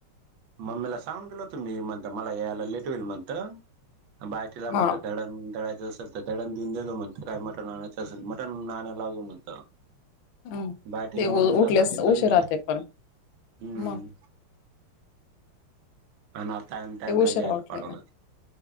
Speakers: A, on the right; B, on the left.
A: मम्मीला सांगून गेलो होतो मी म्हणता मला यायला लेट होईल म्हणत बाहेटला मत
B: हा
A: डण ळायचंसं डां देऊन दे गं म्हणत काय मटन आणायचं असेल मटन आणायला लागं म्हणत
B: हम्म
A: बाटीने
B: ते उ-
A: मम्मीला
B: उठलेच
A: सांगितलंच
B: उशिरा
A: नाही हम्म
B: ते पण मग
A: आणि टाइम टाईम
B: ते
A: लागेयला
B: उशिरा उठले
A: पाठवला
B: ना